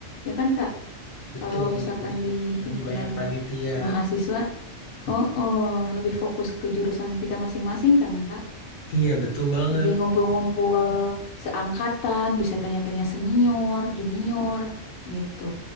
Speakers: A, on the left; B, on the left.
A: Ya kan Kak?
B: Betul,
A: Kalau misalkan
B: jadi
A: di
B: lebih
A: himpunan
B: banyak panitia.
A: mahasiswa, oh, oh lebih fokus ke jurusan kita masing-masing kan Kak?
B: Iya, betul banget.
A: Lebih ngumpul-ngumpul seangkatan, bisa tanya-tanya senior, junior gitu.